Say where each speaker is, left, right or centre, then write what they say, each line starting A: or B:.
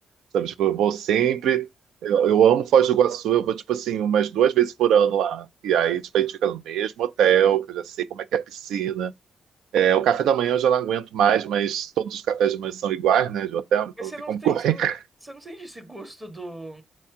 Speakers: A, on the right; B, on the right.
A: sabe? Tipo, eu vou sempre... Eu, eu amo Foz do Iguaçu, eu vou, tipo assim, umas duas vezes por ano lá. E aí, tipo, a gente fica no mesmo hotel, que eu já sei como é que é a piscina. É, o café da manhã eu já não aguento mais, mas todos os cafés de manhã são iguais, né, de hotel, então
B: Mas você
A: não tem
B: não
A: como
B: tem,
A: correr.
B: você não,
A: <laughs>
B: você não sente esse gosto do,